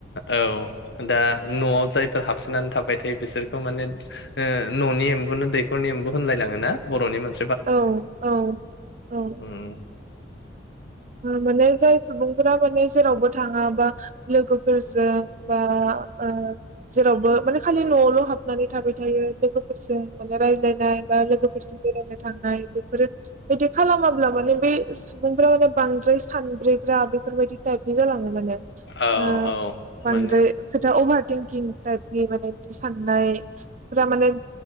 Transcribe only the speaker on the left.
औ दा नआव जायफोर हाबसोनानै थाबाय थायो बिसोरखौ माने ओ ननि एम्बुनो दैखरनि एम्बु होनलाय लाङोना बर'नि मानस
उम
औ औ
माने